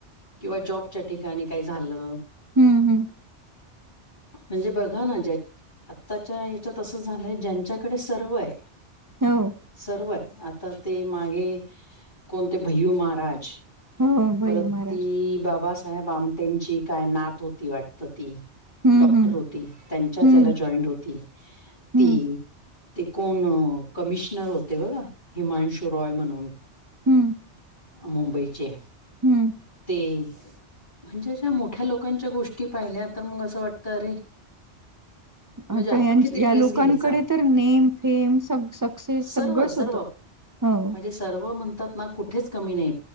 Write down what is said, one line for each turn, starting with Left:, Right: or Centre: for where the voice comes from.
Left: किंवा जॉबच्या ठिकाणीं कायं झालं.
Right: हम्मं हम्मं.
Left: म्हणजे बघां नां ज्याची आत्तांच्या यांच्यात असं झालंय ज्यांच्याकडे सर्व आहे
Right: हो.
Left: सर्व आहे आंता ते मागे कोणते भैय्यू महारांज.
Right: हो भैयू
Left: परंत
Right: महाराज
Left: ती बाबां. आटेची कायं नातं होती वाटतं ती
Right: हम्म
Left: डॉक्टर
Right: हम्म
Left: होती त्यांच्या
Right: हम्म
Left: जॉईंट होती
Right: हम्म
Left: ती. ते कोण कमिशनर होते बघा हिमांशू रॉय म्हणून
Right: हम्म
Left: मुंबईचे
Right: हम्म
Left: ते म्हणजे अश्या मोठ्या लोकांच्या गोष्टी पाहिल्या तर मग असं वाटतं अरे म्हणजे
Right: आता
Left: आपण
Right: यांचे
Left: किती
Right: यां
Left: ट्रेस
Right: लोकांकडे
Left: घ्यायचा
Right: तर नेम फेम स सक्सेस
Left: सर्व
Right: सगळंच
Left: सर्व
Right: होतं. हो.
Left: म्हणजे सर्व म्हणतात ना कुठेच कमी नाही